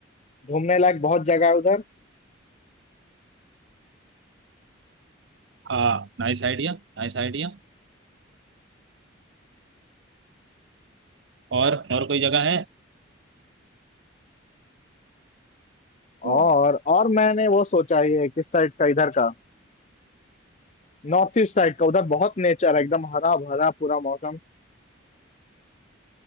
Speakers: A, on the left (about 35°); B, on the right (about 65°).
A: घूमने लायक बहुत जगह है उधर
B: हाँ नाइस आइडिया Nice idea और और कोई जगह है
A: और और मैंने वो सोचा ही है किस साइड का इधर का नॉर्थ ईस्ट साइड का उधर बहुत नेचर है एकदम हरा भरा पूरा मौसम